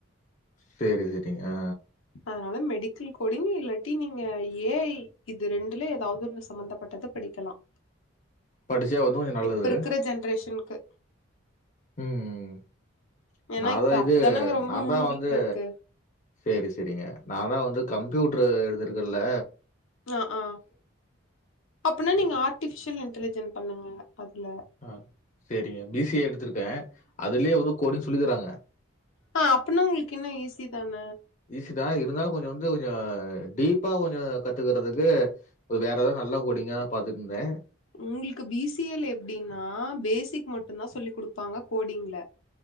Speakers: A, on the left (about 35°); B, on the left (about 80°).
A: சேரி சரிங்க ஆ
B: அதனால மெ டிக்கல் கோடிங் இல்லாட்டி நீங்க ஏ ஐ இது ரெண்டுல ஏதாவதொன்னு சம்பமந்தப்பட்டத படிக்கலாம்
A: படிச்சா வந்து கொஞ்சம் நல்லது.
B: இப்ப இருக்கிற ஜென்ரேஷனுக்கு
A: ம்
B: ஏன்னா
A: நான்
B: இப்ப
A: தான் இது
B: அதுதானங்க ரொம்ப
A: நான்தான்
B: மூவிங்ல
A: வந்து
B: இருக்கு
A: சேரி சேரிங்க நான் தான் வந்து கம்ப்யூட்ரு எடுத்துருக்கேன்ல
B: ஆ ஆ அப்பனா நீங்க ஆர்ட்டிபிஷியல் இன்டலிஜென் பண்ணுங்க அதுல
A: அ சரிங்க பி சி ஏ எடுத்திருக்கேன் அதுலயே ஒரு கோடிங் சொல்லி தராங்க
B: ஆ அப்பன்னா உங்களுக்கு இன்னு ஈஸி தான
A: ஈஸிதா இருந்தாலு கொஞ்சோ வந்து கொஞ்சோ டீப்பா கொஞ்சோ கத்துக்கறதுக்கு வேற ஏதாது நல்ல கோடிங்காதா பாத்துன்னு இருந்தே
B: உங்ளுக்கு பி சி ஏ ல எப்டின்னா பேசிக் மட்டுதா சொல்லிக் குடுப்பாங்க கோடிங்ல